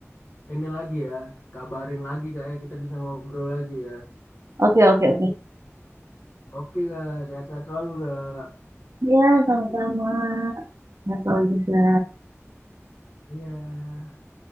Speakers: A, on the left; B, on the right.
A: ini lagi ya, kabarin lagi kayak kita bisa ngobrol lagi ya.
B: Oke, oke, oke.
A: Oke kak, sehat-sehat selalu kak.
B: Iya, sama-sama. Nggak tahu juga.
A: Iya.